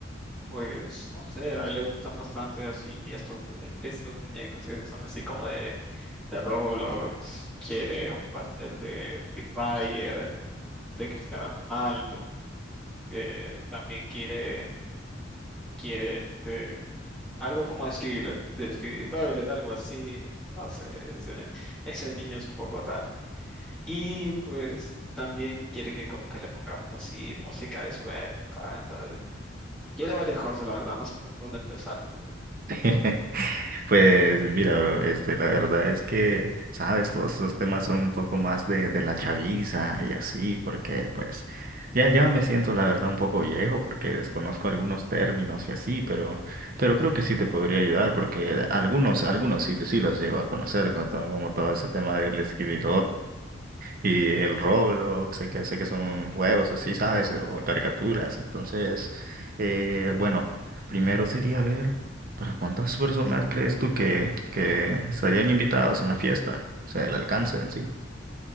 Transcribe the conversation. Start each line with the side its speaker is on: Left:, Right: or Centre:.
Centre: Pues no sé, a él le gustan bastante así estos, estos muñecos que son así como de, de Roblox. Quiere un pastel de Free Fire, de Cristiano Ronaldo. eh, también quiere. quiere este, algo como escribir, describir toilet, algo así, no sé, ese, ese niño es un poco raro. Y pues también quiere que como que le pongamos así música de su época, entonces quiere varias cosas, la verdad, no sé por dónde empezar. Ujú.
Right: <laughs> Pues mira, bro, este, la verdad es que, sabes, todos esos temas son un poco más de, de la chaviza y así, porque pues ya, ya me siento la verdad un poco viejo porque desconozco algunos términos y así, pero, pero creo que sí te podría ayudar porque algunos, algunos sí, sí los llego a conocer, como todo, como todo ese tema del Skibidi y el Roblox, sé que, sé que son juegos así, sabes, o caricaturas, entonces, eh, bueno, primero sería ver. ¿Para cuántas personas crees tú que, que estarían invitados en la fiesta? O sea, el alcance en sí.